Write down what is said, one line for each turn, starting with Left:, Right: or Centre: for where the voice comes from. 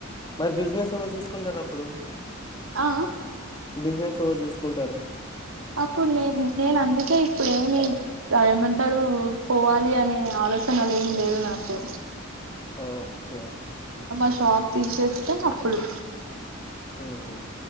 Left: మరి బిజినెస్ ఎవరు చూస్కుంటరు అప్పుడు
Right: ఆ అ
Left: బిజినెస్ ఎవరు చూస్కుంటారు
Right: అప్పుడు నేన్ నేనందుకే ఇప్పుడు ఏమి అ ఏమంటారు పోవాలి అని ఆలోచనలు ఎం లేవు నాకు
Left: ఓకే.
Right: అమా షాప్ తీసేస్ తె అప్పుడు
Left: ఉహుహు